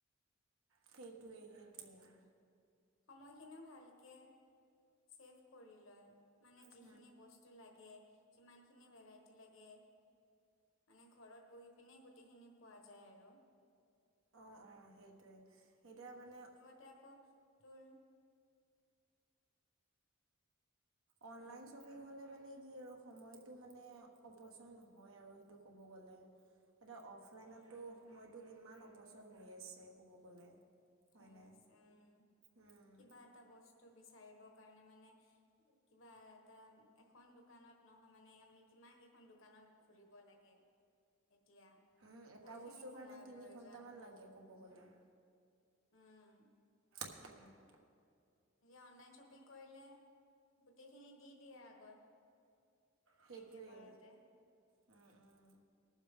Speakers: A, on the right (about 85°); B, on the left (about 65°).
A: সেইটোৱে সেইটোৱে।
B: সময়খিনিও ভালকে ছেভ কৰি লয়। মানে যিখিনি
A: ধুনীয়া বস্তু লাগে ধুনীয়া ভেৰাইটি লাগে।
B: বস্তু লাগে যিমানখিনি ভেৰাইটি লাগে। মানে ঘৰত বহি পিনে গোটেই খিনি পোৱা যায় আৰু।
A: অ' অ' সেইটোৱে সেইটোয়া মানে।
B: তে আকৌ তোৰ।
A: online
B: Hello
A: shopping. শ্বপিং হ'লে মানে কি আৰু সময়তটো মানে অপচয় নহয় আৰু সেইটো ক'ব গ'লে। এতিয়া অফলাইনতো
B: উম উম
A: সময়টো কিমান অপচয় হৈ আছে কব গ'লে। হয়
B: হৈ
A: নাই
B: আছে উম
A: উম
B: কিবা এটা বস্তু বিচাৰিব কাৰণে মানে। কিবা এটা এখন দোকানত নহয় মানে আমি কিমান কেইখন দোকানত ঘুৰিব লাগে। এতিয়া।
A: উম এটা
B: বহুত খিনি
A: বস্তুৰ
B: সময়ৰ
A: কাৰণে তিনি
B: প্ৰয়োজন
A: ঘন্টামান লাগে ক'ব গ'লে।
B: উম।
A: <inaudible>
B: অনলাইন শ্বপিং কৰিলে গোটেইখিনি দি দিয়ে আগত।
A: সেইটোয়ে
B: একেবাৰতে
A: উম উম